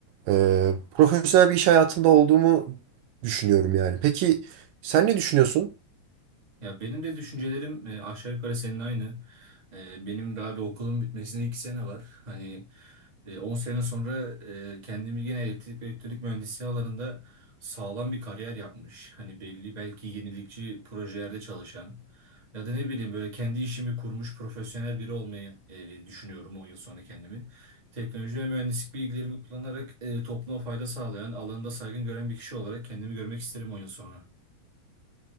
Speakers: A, on the right (about 75°); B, on the right (about 15°).
A: e, profesyonel bir iş hayatında olduğumu düşünüyorum yani. Peki sen ne düşünüyorsun?
B: Ya benim de düşüncelerim e, aşağı yukarı senin aynı. E, benim daha bir okulun bitmesine iki sene var. Hani e, 10 sene sonra e, kendimi gene elektrik ve elektronik mühendisliği alanında sağlam bir kariyer yapmış. Hani belli belki yenilikçi projelerde çalışan ya da ne bileyim böyle kendi işimi kurmuş profesyonel biri olmayı e, düşünüyorum 10 yıl sonra kendimi. Teknoloji ve mühendislik bilgilerimi kullanarak e, topluma fayda sağlayan, alanında saygın gören bir kişi olarak kendimi görmek isterim 10 yıl sonra.